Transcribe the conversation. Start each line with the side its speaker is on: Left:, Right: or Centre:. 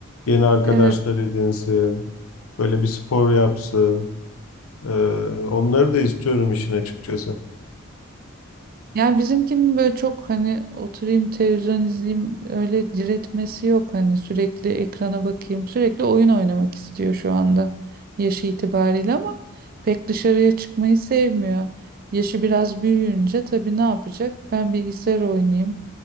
Left: yeni arkadaşlar
Right: evet
Left: edinsin, böyle bir spor yapsın. Eee, onları da istiyorum işin açıkçası.
Right: Yani bizimkinin böyle çok hani oturayım televizyon izleyeyim öyle diretmesi yok hani sürekli ekrana bakayım sürekli oyun oynamak istiyor şu anda yaşı itibariyle ama pek dışarıya çıkmayı sevmiyor. Yaşı biraz büyüyünce tabii ne yapacak? Ben bilgisayar oynayayım,